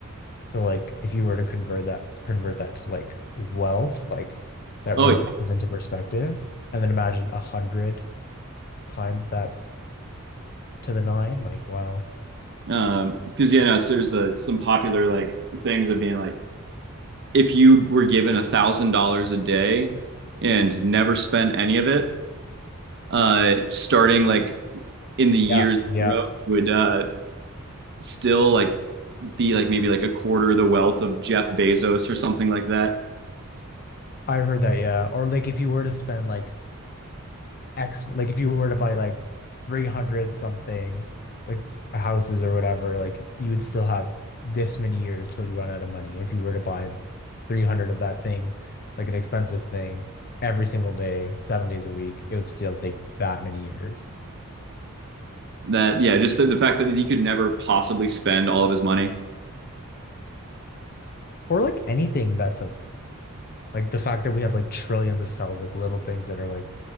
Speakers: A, on the left (about 45°); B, on the right (about 55°).
A: So like if you were to convert that convert that to like wealth, like that
B: Oh,
A: really
B: yeah.
A: puts it into perspective. And then imagine a hundred times that to the nine, like wow.
B: Um, because yeah, no, so there's uh, some popular like things of being like. if you were given a thousand dollars a day and never spent any of it, uh, starting like in the year
A: Yeah, yeah.
B: zero would uh, still like be like maybe like a quarter of the wealth of Jeff Bezos or something like that.
A: I've heard that, yeah. Or like if you were to spend like X, like if you were to buy like 300 something, like houses or whatever, like you would still have this many years till you run out of money. If you were to buy 300 of that thing, like an expensive thing, every single day, seven days a week, it would still take that many years.
B: That yeah, just the, the fact that he could never possibly spend all of his money.
A: Or like anything that's like, like the fact that we have like trillions of cells, like little things that are like